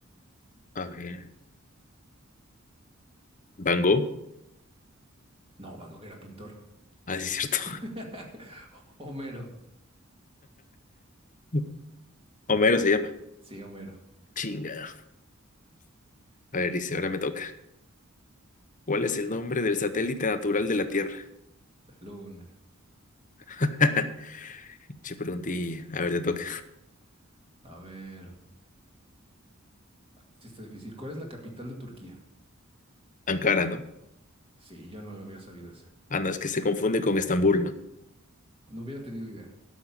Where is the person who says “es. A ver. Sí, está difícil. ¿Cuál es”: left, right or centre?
Right